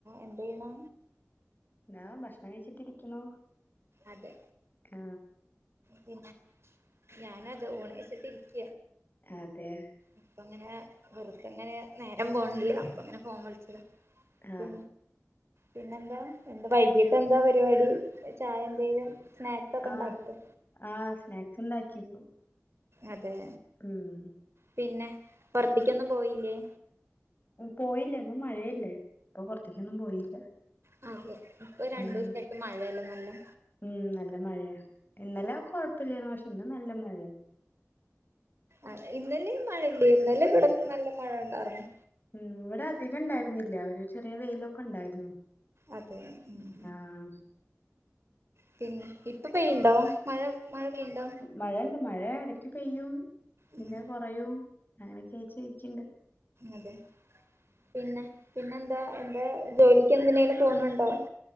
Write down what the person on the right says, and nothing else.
എന്താ ചെയ്യണെ
അതെ
പിന്നെ ഞാനത് ഊണ് കഴിച്ചിട്ടിരിക്ക.
അപ്പ ങ്ങനെ വെറക്കങ്ങനെ നേരം പോണില്ല അപ്പ അങ്ങനെ ഫോൺ വിളിച്ചതാ
പി പിന്നെന്താ വൈകീട്ട് എന്താ പരിപാടി ചായ എന്തെലും സ്നാക്സ് ഒക്കെ
ഉണ്ടാക്കോ
അതെ
പിന്നെ പുറത്തേക്കൊന്നും പോയില്ലേ
ആ അതെ ഇപ്പൊ രണ്ടു
സായിട്ട് മഴയല്ലെ നല്ലെ
ആഹ് ഇന്നലെ മഴ ഇണ്ട്, ഇന്നലെ ഇവിടെക്കെ നല്ല മഴ ഉണ്ടായിരുന്നു.
അതെ ഉം
പിന്നെ ഇപ്പ പെയ്യുന്നുണ്ടോ മഴ മഴ പെയ്യ്ണ്ടൊ
ഉം
അതെ പിന്നെ പിന്നെന്താ എന്താ ജോലിക്ക് എന്തിനെലു പോണുണ്ടാ?